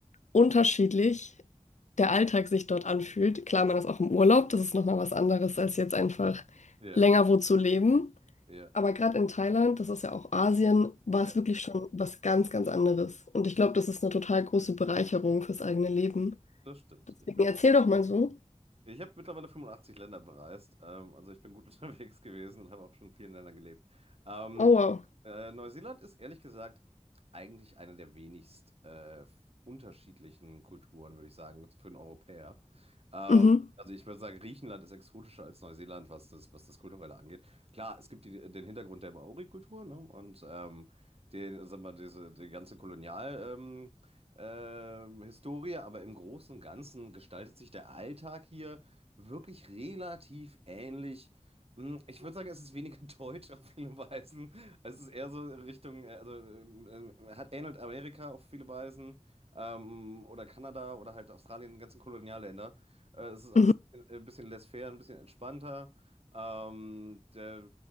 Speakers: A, on the left (about 75°); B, on the right (about 55°).
A: unterschiedlich der Alltag sich dort anfühlt. Klar, man ist auch im Urlaub, das ist nochmal was anderes, als jetzt einfach
B: Ja,
A: länger wo zu leben.
B: ja,
A: Aber gerade in Thailand, das ist ja auch Asien, war
B: ja,
A: es wirklich schon was ganz, ganz anderes. Und ich glaube, das ist eine total große Bereicherung fürs eigene Leben.
B: das stimmt.
A: Deswegen
B: Ich glaube,
A: erzähl doch mal so.
B: Ich habe mittlerweile 85 Länder bereist. Ähm, also ich bin gut <laughs> unterwegs gewesen und habe auch schon in vielen Ländern gelebt. Ähm,
A: Oh, wow.
B: äh, Neuseeland ist ehrlich gesagt eigentlich eine der wenigst äh, unterschiedlichen Kulturen, würde ich sagen, für einen Europäer. Ähm,
A: Mhm.
B: also ich würde sagen, Griechenland ist exotischer als Neuseeland, was das, was das Kulturelle angeht. Klar, es gibt die, den Hintergrund der Maori-Kultur, ne? Und ähm, den, sag mal, diese, die ganze Kolonial. ähm, ähm, Historie, aber im Großen und Ganzen gestaltet sich der Alltag hier wirklich relativ ähnlich. Hm, Ich würde sagen, es ist weniger <laughs> deutsch auf viele Weisen. Es ist eher so Richtung, äh, also ähm, ähm, hat ähnelt Amerika auf viele Weisen ähm, oder Kanada oder halt Australien, die ganzen Kolonialländer. Äh, es ist alles
A: Mhm.
B: ein bisschen, ein bisschen laissez-faire, ein bisschen entspannter. Ähm, der,